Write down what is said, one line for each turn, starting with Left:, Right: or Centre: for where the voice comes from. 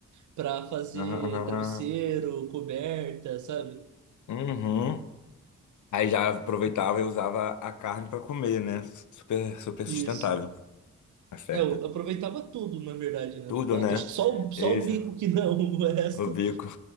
Right: para fazer
Left: Aham, aham,
Right: travesseiro,
Left: aham.
Right: coberta, sabe?
Left: Uhum. Aí já aproveitava e usava a carne pra comer, né? Super, super
Right: Isso.
Left: sustentável. Acerta.
Right: É, eu aproveitava tudo, na verdade, né,
Left: Tudo,
Right: do pato.
Left: né?
Right: Acho que só o, só
Left: Esse,
Right: o bico que não, <laughs> o resto,
Left: o bico.